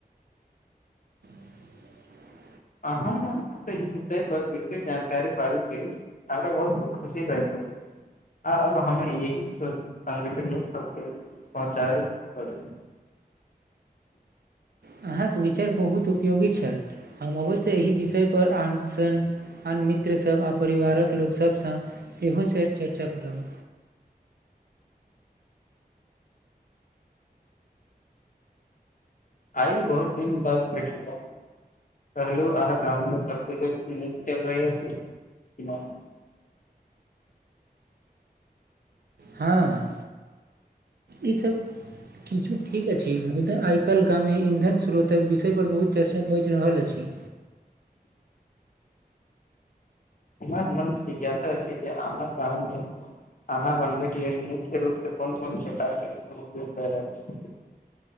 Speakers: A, on the right; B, on the left.
A: <inaudible>
B: अहाँ सँ ई विषय पर विशेष जानकारी पाबि केऽ हमरा बहुत दु खुशी भईले आ अब हम यहि सन्देश लोक सबके पहुँचाबै पड़ी
A: अहाँके विचार बहुत उपयोगी छल, हम अवश्य एहि विषय पर आनसन आन मित्र सभ आ परिवारक लोकसभ सँ सेहो चर चर्चा करब।
B: आई बहुत दिन बाद भेट भेलहुँ कहलहुँ अहाँ गाँवमे सबकछो नीक चल रहल अछि कि नहि
A: हँ ई सभ किछु ठीक अछि, मुदा आइकाल गाममे इन्धन स्रोत तक विषय पर बहुत चर्चा बाइज रहल अछि।
B: हमर मनमे जिज्ञासा छै जे अहाँ गाममे खाना बनबैकेऽ लेल मुख्य रूप सँ कोन-कोन प्रकरकेँ इन्धन उपयोग करै रहल अछि।